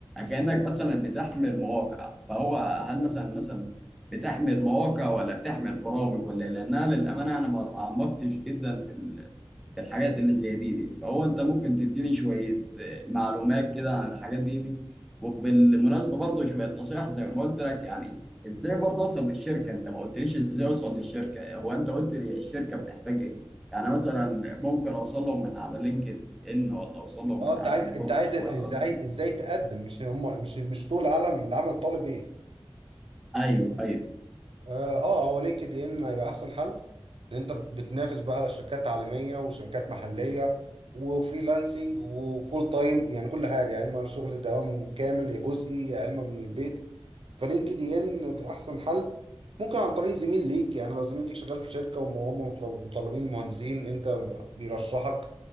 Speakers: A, in the centre; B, on the right.
A: كأنك مثلا بتحمل مواقع فهو هل مثلا مثلا بتحمل مواقع ولا بتحمل برامج ولا إيه؟ لانها للامانه انا ما تعمقتش جدا في ال- في الحاجات اللي زي دي, دي فهو انت ممكن تديني شويه آه، معلومات كده عن الحاجات دي, دي وبالمناسبه برضه شويه نصائح زي ما قلت لك يعني ازاي برضه اوصل للشركه انت ما قلتليش ازاي اوصل للشركه هو انت قلت لي الشركه بتحتاج ايه يعني مثلا ممكن اوصل لهم من على لينكد ان ولا اوصل لهم
B: اه
A: من
B: انت
A: على
B: عايز
A: الفيسبوك
B: انت عايز ازاي
A: ولا
B: ازاي تقدم مش هم مش مش سوق العالم العمل طالب ايه
A: ايوه ايوه
B: اه آه، هو لينكد ان هيبقى احسن حل لان انت بتنافس بقى على شركات عالميه وشركات محليه وفريلانسنج وفول تايم يعني كل حاجه يا اما شغل دوام كامل يا جزئي يا اما من البيت فلينكد ان بتبقى احسن حل ممكن عن طريق زميل ليك يعني لو زميل ليك شغال في شركه وهم مطلب- مطلبين مهندسين انت بيرشحك